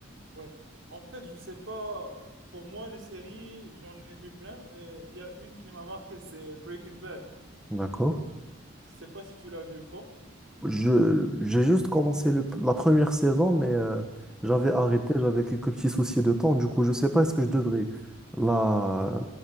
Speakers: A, on the right (about 70°); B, in the centre.
A: oui. En fait, je sais pas, pour moi, les séries, j'en ai vu plein, mais il y a une qui m'a marqué, c'est Breaking Bad.
B: D'accord?
A: Je sais pas si tu l'as vu ou pas.
B: Je, j'ai juste commencé le- la première saison, mais euh, j'avais arrêté,
A: Ouais.
B: j'avais quelques petits soucis de temps. Du coup, je sais pas, est-ce que je devrais la,